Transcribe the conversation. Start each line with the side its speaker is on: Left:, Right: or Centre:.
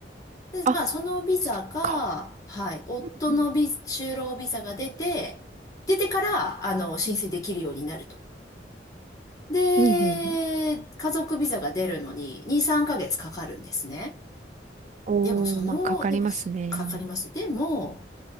Left: で、
Right: あ、
Left: まあそのビザが、
Right: そっか。
Left: はい、夫のビ、
Right: うん、
Left: 就労ビザが出て、出てから、あの、申請できるようになると。で、
Right: うん、うんうん
Left: 家族ビザが出るのに2、3ヶ月かかるんですね。
Right: おー、
Left: でもその、
Right: まあ、かかりますね。
Left: でも、かかります。でも、